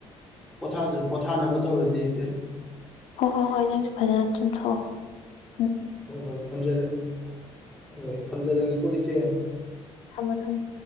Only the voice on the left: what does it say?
ꯍꯣꯏ ꯍꯣꯏ ꯍꯣꯏ ꯅꯪꯁꯨ ꯐꯖꯅ ꯇꯨꯝꯊꯣꯛ ꯑꯣ
ꯊꯝꯃꯣ ꯊꯝꯃꯣ